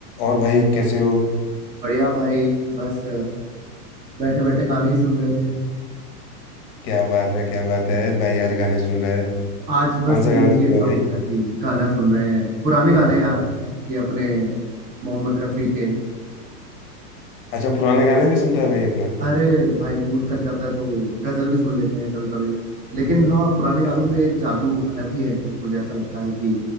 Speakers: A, on the left; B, on the right.
A: और भाई कैसे हो
B: बढ़िया भाई बस बैठे बैठे गाने ही सुन रहे थे
A: क्या बात है क्या बात है भाई आज गाने सुन रहा है
B: आज बस
A: कौन सा
B: मूड
A: गाना सुन
B: ही ऐसा
A: रहे हो भाई
B: हो गया कि गाना सुन रहे हैं पुराने गाने यार ये अपने मोहम्मद रफ़ी के
A: अच्छा पुराने गाने भी सुनता है भाई अपना
B: अरे भाई मूड कर जाता है तो गजल भी सुन लेते हैं कभी कभी लेकिन हाँ पुराने
A: क्या
B: गानों
A: बात
B: में एक जादू अलग ही है कुछ मुझे ऐसा लगता है कि